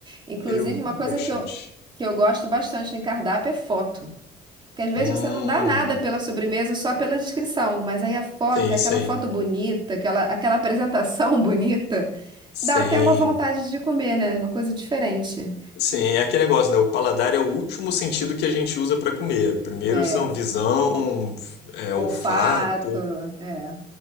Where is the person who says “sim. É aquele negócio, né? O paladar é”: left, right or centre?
Left